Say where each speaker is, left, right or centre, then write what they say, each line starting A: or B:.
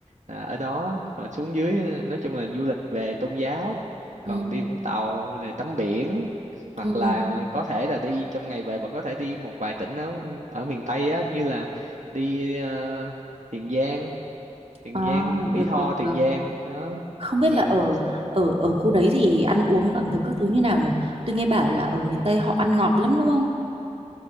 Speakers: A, on the right; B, on the right.
A: là ở đó rồi xuống dưới ờ, nói chung là du lịch về tôn giáo còn
B: ừ
A: đi Vũng Tàu này tắm biển hoặc
B: ừ ừ.
A: là có thể là đi trong ngày về vẫn có thể đi một vài tỉnh ở ở miền Tây á như là đi ờ, Tiền Giang Tiền
B: à,
A: Giang Mỹ
B: được
A: Tho
B: được
A: Tiền
B: được
A: Giang đó
B: không biết
A: ừ
B: là ở ở ở khu đấy thì ăn uống ẩm thực các thứ như nào nhở tôi nghe bảo là ở miền Tây họ ăn ngọt lắm đúng không